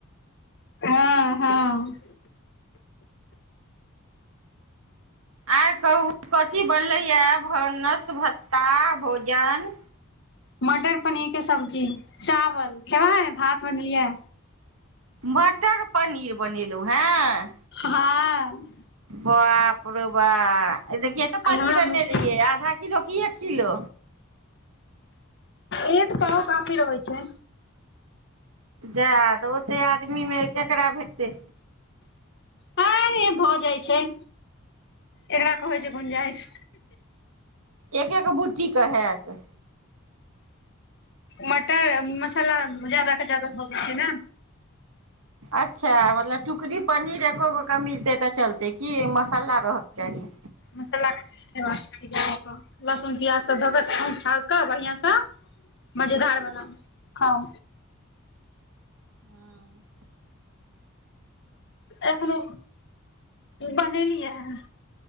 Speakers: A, on the left; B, on the right.
A: हँ हँ
B: आयकहू कथी बने ने छियै नष्ट हो भ जय तइ भोजन
A: मटर पनीर के सब्जी चावल छै्भात बनेलियै
B: मटर पनीर बनेलहुँ हें
A: हँ
B: बाप रो बाप कतेपनीर
A: आइ हमरा
B: आने रहिये आधा किलो की एक किलो
A: एक पांव काफी रहै छै
B: सेह तऽ ओतेक आदमीमे केकरा भेटतै
A: हँ य भऽ जाइ छै ककरा कहै छै गुंजाइश
B: एक एक बुटीे के हेयत
A: मटर मसाला जादद जादा धऽ दै छै न
B: अच्छा मतलब टुकरी पनीर एकगोकमिछै तऽ चलतै तऽ कि मसल्ला रहऽके चाही
A: मसलाा के छुहेबाक चाहि जदास लहसुन प्याज सब दक बढियां स मजेदारबनाउ खाऊ
B: हँ
A: एखनो बनेलियै हन